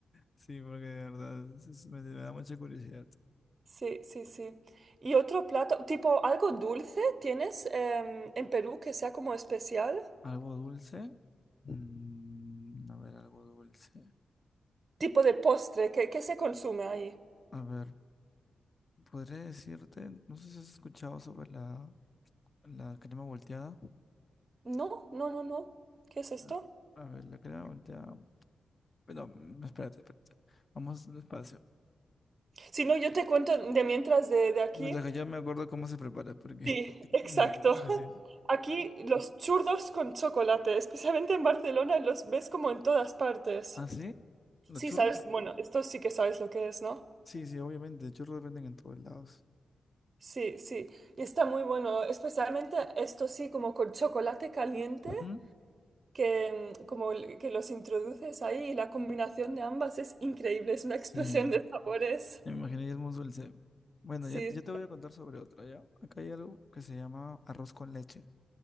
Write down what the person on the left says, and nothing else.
Sí, porque de verdad es- es- me, me da mucha curiosidad.
¿Algo dulce? Mm, a ver, algo dulce.
A ver, podría decirte, no sé si has escuchado sobre la, la crema volteada.
Ah, A ver, la crema volteada. Pero, mm, espérate, espérate. Vamos despacio.
Mientras que yo me acuerdo cómo se prepara, porque...
<laughs>
Ya, sí,
sí.
¿Ah, sí? ¿Los
churros?
Sí, sí, obviamente. Churros venden en todos lados.
¿Mm?
Sí,
me imaginé, y es muy dulce. Bueno,
ya, yo te voy a contar sobre otra, ¿ya? Acá hay algo que se llama arroz con leche.